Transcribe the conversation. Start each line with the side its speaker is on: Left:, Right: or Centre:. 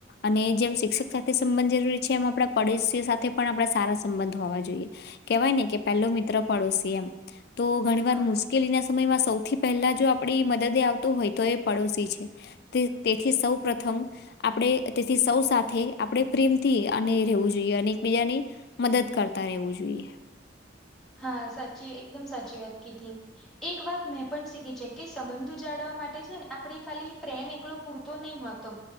Left: અને જેમ શિક્ષક સાથે સંબંધ જરૂરી છે, એમા પડોશીઓ સાથે પણ આપણે સારા સંબંધ હોવા જોઈએ કેહેવાય ને કે પેલો મિત્ર પડોશી એમ તો ઘણી
Centre: હા
Left: વાર મુશ્કેલી ના સમયમાં સૌથી પહેલા જો આપડી મદદે આવતો હોય તો એ પડોશી છે. તે તેથી સૌ પ્ર્રથમ આપણે તેથી સૌ સાથે આપણે પ્રેમથી અને રહેવું જોઈએ. જોએ અને એકબીજાની મદદ કરતા રહેવુ, જોઈએ.
Centre: હા સાચી એકદમ સાચી વાત ક હતી એક વાત મેં પણ શીખી છે કે સંબંધ જાળવવા માટે છેને, આપણે ખાલી પ્રેમ એકલો પૂરતો તોું નહી હો ત